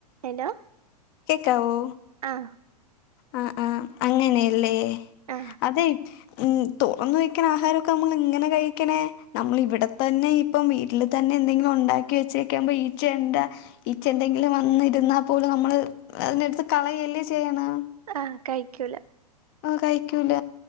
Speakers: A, on the right; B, on the left.
A: Hello
B: കേക്കാവോ
A: ആഹ്
B: ആഹ് ആഹ് അങ്ങനെയല്ലേ
A: ആഹ്
B: അതെ ഉ തുറന്നു വെക്കണ ആഹാരമൊക്കെ നമ്മൾ ഇങ്ങനെ കഴിക്കണേ നമ്മൾ ഇവിടെ തന്നെ ഇപ്പം വീട്ടിൽ തന്നെ എന്തെങ്കിലും ഉണ്ടാക്കി വെച്ചേക്കുമ്പ ഈച്ച ഈച്ച എന്തെങ്കിലും വന്നിരുന്നാ പോലും നമ്മള് അതിന്റെടുത്ത് കളയല്ലേ ചെയ്യ ആ
A: ആ കഴിക്കൂല
B: ആ കഴിക്കൂല